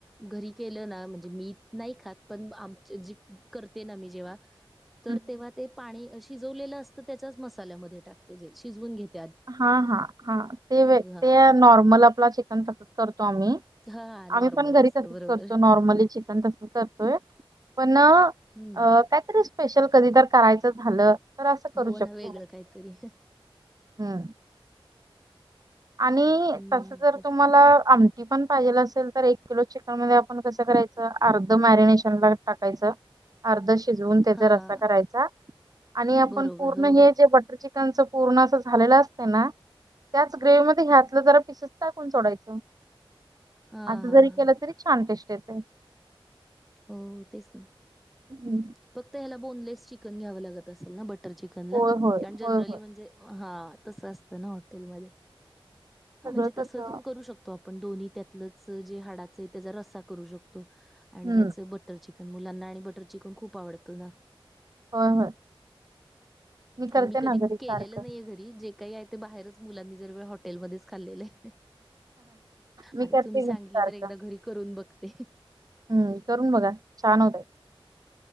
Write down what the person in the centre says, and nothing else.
घरी केलं ना, म्हणजे मी नाही खात. पण आमचे जी करते ना मी जेव्हा?
तर तेव्हा ते पाणी, शिजवलेलं असतं. त्याच्याच मसाल्यामध्ये टाकते. जे शिजवून घेत
हां.
हां, नॉर्मल
असतं
बरोबर.
हं.
हो ना
वेगळं काहीतरी
हं,
तेच
की.
हां,
बरोबर.
हो.
हां,
हां,
हां.
हो तेच ना.
फक्त ह्याला बोनलेस चिकन घ्यावं लागत असेल ना बटर चिकनला
कारण जनरली
म्हणजे हा तस असतं ना हॉटेलमध्ये हा
म्हणजे तस
तु करू शकत. तो आपण दोन्ही त्यातलंच जे हाडाचं आहे त्याचा रस्सा करू शकतो आणि
ह्याच बट बटर चिकन मुलांना आणि बटर चिकन खूप आवडतं ना.
कारण
मी
कधी
केलेलं नाहीये घरी कधी जे काही आहे ते बाहेरच मुलांनी जर वेळ हॉटेलमध्येच खाल्लेल आहे.
आता
तुम्ही सांगितलं
तर एकदा घरी करून बघते.